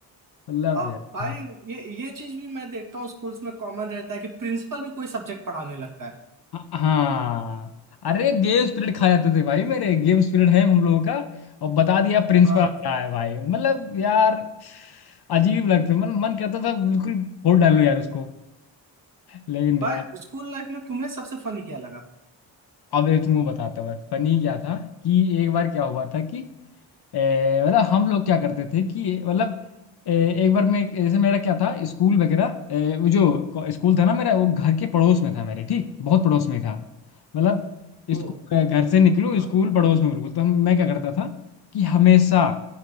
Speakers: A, on the left (about 55°); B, on the right (about 40°).
A: मतलब
B: आ,
A: यार
B: भाई ये ये चीज भी मैं देखता हूँ स्कूल्स में कॉमन रहता है कि प्रिंसिपल भी कोई सब्जेक्ट पढ़ाने लगता है
A: ह- हाँ अरे गेम स्पिरिट खा जाते थे भाई मेरे गेम स्पिरिट है हम लोगों का और बता दिया प्रिंसिपल
B: हाँ
A: आ रहा है भाई मतलब यार अजीब लगता है मतलब मन कहता था बिल्कुल फोड़ डालूं यार उसको लेकिन
B: भाई
A: यार
B: स्कूल लाइफ में तुम्हें सबसे फनी क्या लगा
A: अब ये तुमको बताता हूँ फनी क्या था कि एक बार क्या हुआ था कि ए, मतलब हम लोग क्या करते थे कि मतलब ए, एक बार मैं जैसे मेरा क्या था स्कूल वगैरह ए, वो जो को- स्कूल था ना मेरा वो घर के पड़ोस में था मेरे ठीक बहुत पड़ोस में ही था मतलब
B: वो
A: स्कूल ए, घर से निकलूँ
B: हाँ
A: स्कूल पड़ोस में बिल्कुल तो हम मैं क्या करता था कि हमेशा